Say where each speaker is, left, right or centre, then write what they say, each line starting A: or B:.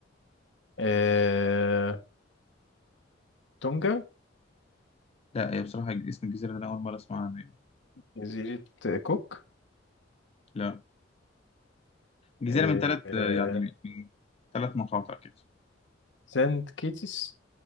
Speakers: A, on the left; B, on the left.
A: آه تونجا
B: لا هي بصراحة اسم الجزيرة ده أنا أول مرة أسمع عنه يعني.
A: جزيرة كوك
B: لا جزيرة
A: آه
B: من ثلاث
A: آه،
B: يعني من من ثلاث مقاطع كده
A: سانت كيتس